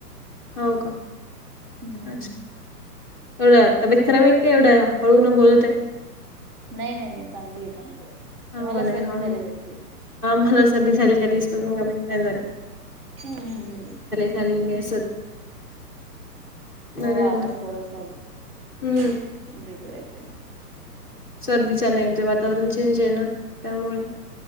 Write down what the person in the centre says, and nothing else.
हो का
एवढ
तबेतरा
बे एवढ्या हळूून बोलत आहे
हो
ब
नाही
मला साली झाली त्या स्कूल म भेट नाही झाली
चालले स
नाही
झाली
हम्म
सर्दीचा नाही ते वातावरण चेंज आहे ना त्यामुळे